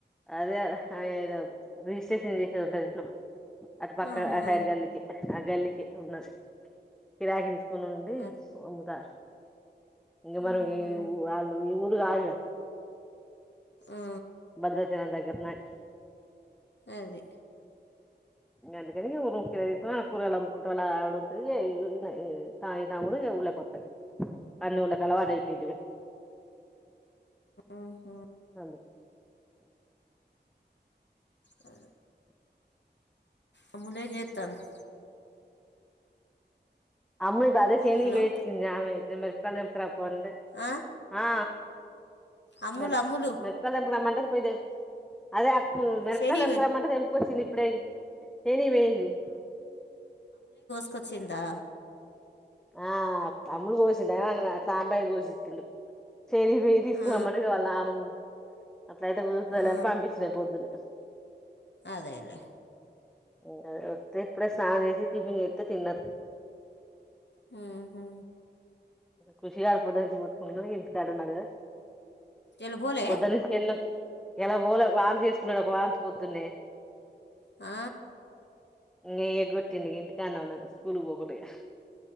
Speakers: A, in the centre; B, on the left.
A: అదే హ ఏదో రిజిస్ట్రేషన్ చేసేది ఉంటది చూసినవా అట్ పక్క
B: ఆహా
A: ఆ సైడ్ గల్లికి ఆ గల్లికి ఉన్నది కిరాయికి తీస్ కునుండి
B: అట్లా.
A: సోముతా ఇంగ మరు
B: ఆహా
A: గి ఊ వాళ్ళు ఈ ఊర్ ల ఆగిన
B: ఆ
A: భద్రాచలం దగ్గర్ ఉన్నాయి
B: అది
A: గందుకనే ఊరుము కేతా కూరగాయాలు అమ్ముకుంటున ఆడుంతది ఇన తాయి తాముడి ఇగ ఉల్లేకి వత్తాది అన్ని ఉల్లేకి అలవాటు అయ్యిపోయింది
B: ఆహా
A: సరే అ
B: అ అమ్ములు ఎం చేతంది
A: అమ్ములు అదే శని
B: హలో
A: వేచ్చింది ఆమె దిమ్ ర్ తాన్ఏత్రమ్
B: ఆ
A: ఆ
B: అమ్ములు
A: మీర్
B: అమ్ములు
A: మిరపకాయలకు తెంప రమ్మంటది పోయి దెంపు అదే అంత్ కు మిరప్కాయల్
B: శనివి
A: దేప్కారమంటే దేం వచ్చింది ఇప్పుడై ఏని వేయింది
B: వచ్చిండా
A: ఆ అమ్ములు గోసిందా ఏమన్నా సాంబయ్య కోశిచిండు చేరి వెయ్యి తీసుకురమ్మనది
B: ఆ,
A: గా వాళ్ళ నాన్న ను అట్లైతే కుదుర్తలే
B: ఆ,
A: అని పంపించినా పొద్దునే
B: అదేలే
A: హు అది వంతే ఇప్పుడే స్నానం చేసి టిఫిన్ చేస్తే తిన్నర్
B: హు హు
A: ఖుషిగాడు పొద్దానుచి కొట్టుకుటను ఇంటికాడున్నాడుగా
B: ఇలా పోలే
A: పొద్దాలిస్కేలోచ్ ఎలా పోలే వాంతి చేసుకున్నాడు ఒక వాంతి పొద్దున్నే
B: ఆ
A: నే గొట్టిండు ఇంగా ఇంటిగానే ఉన్నాగా స్కూల్ పోబుద్దుగా